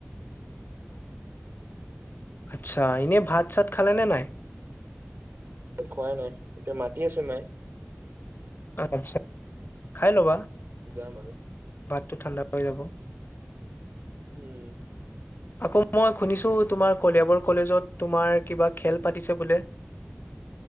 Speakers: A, on the left; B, on the right.
A: আচ্ছা এনেই ভাত চাত খালে নে নাই?
B: খোৱাই নাই এতিয়া মাতি আছে মায়
A: আচ্ছা খাই ল'বা।
B: যাম আৰু
A: টো ঠাণ্ডা হৈ যাব।
B: হম।
A: আকৌ মই শুনিছো তোমাৰ কলিয়াবৰ কলেজত তোমাৰ কিবা খেল পাতিছে বোলে।